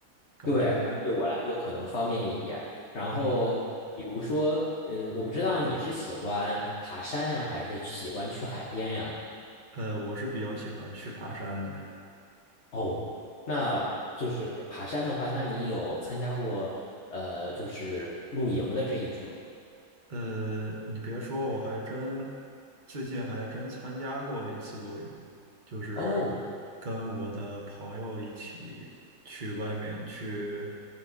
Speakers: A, on the right (about 30°); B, on the left (about 40°).
A: 感觉，
B: 对，对我来说可能方便一点。然后，
A: 嗯，
B: 比如说，嗯，我不知道你是喜欢爬山呀，还是喜欢去海边呀？
A: 呃，我是比较喜欢去爬山的，
B: 哦，那就是爬山的话，那你有参加过呃，就是露营的这一种？
A: 呃，你别说，我还真最近还真参加过一次露营，就是跟我的朋友一起去外面去，
B: 哦